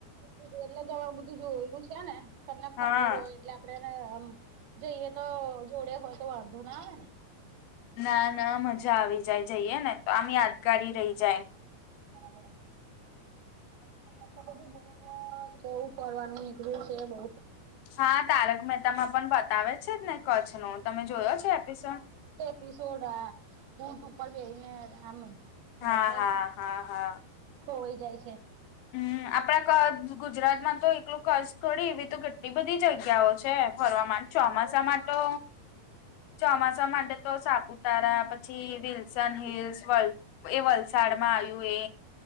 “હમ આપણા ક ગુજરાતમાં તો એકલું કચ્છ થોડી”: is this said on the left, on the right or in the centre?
Left